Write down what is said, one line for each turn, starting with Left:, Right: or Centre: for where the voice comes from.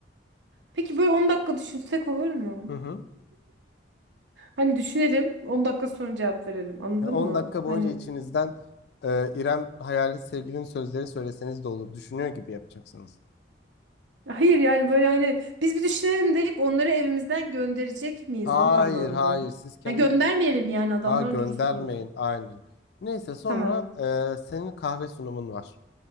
Right: Peki böyle 10 dakika düşünsek olur mu?
Left: Hı hı.
Right: Hani düşünelim 10 dakika sonra cevap verelim anladın
Left: Ya 10
Right: mı?
Left: dakika boyunca
Right: Hani
Left: içinizden e, İrem hayali sevgilinin sözleri söyleseniz de olur. Düşünüyor gibi yapacaksınız.
Right: hayır yani böyle hani biz bir düşünelim deyip onları evimizden gönderecek miyiz
Left: Hayır
Right: o manada?
Left: hayır siz kendi
Right: Ha, göndermeyelim yani adamlar
Left: ha, göndermeyin
Right: dursun orada.
Left: aynen. Neyse sonra
Right: Tamam.
Left: e, senin kahve sunumun var.